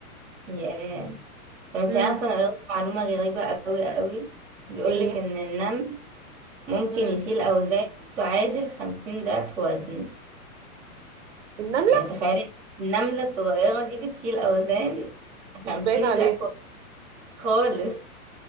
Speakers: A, in the centre; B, on the right.
A: ياه طب انت
B: امم
A: عارفة انا قريت معلومة غريبة اوي اوي بيقولك
B: ايه
A: ان النمل ممكن
B: امم
A: يشيل اوزان تعادل خمسين ضعف وزنه
B: النملة
A: يعني تخيلي إن النملة الصغيرة دي بتشيل اوزان
B: مش
A: خمسين
B: باين عليها
A: ضعف وزن خالص